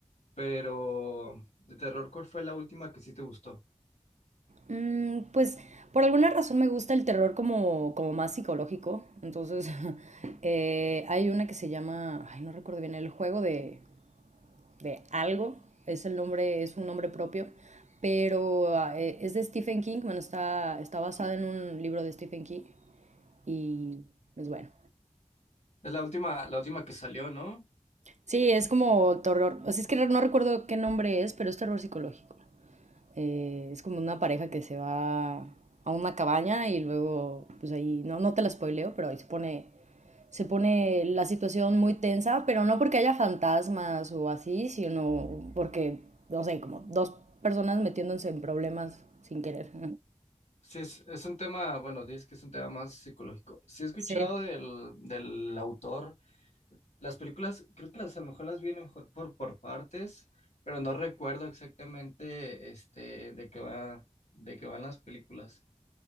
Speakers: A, on the left (about 75°); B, on the right (about 80°).
A: pero de terror, ¿cuál fue la última que sí te gustó?
B: Mm, pues por alguna razón me gusta el terror como, como más psicológico. Entonces, <laughs> eh, hay una que se llama, ay, no recuerdo bien, El juego de, de algo. Es el nombre, es un nombre propio. Pero ah, eh, es de Stephen King. Bueno, está, está basada en un libro de Stephen King. Y es bueno.
A: Es la última, la última que salió, ¿no?
B: Sí, es como terror. O sea, es que no recuerdo qué nombre es, pero es terror psicológico. Eh, es como una pareja que se va a una cabaña y luego, pues ahí, no, no te la spoileo, pero ahí se pone, se pone la situación muy tensa, pero no porque haya fantasmas o así, sino porque, no sé, como dos personas metiéndose en problemas sin querer. <laughs>
A: Sí, es, es un tema, bueno, dices que es un tema más psicológico. Sí he escuchado
B: Sí.
A: del, del autor. Las películas, creo que las a lo mejor las vi a lo mejor por, por partes, pero no recuerdo exactamente este de qué va, de qué van las películas.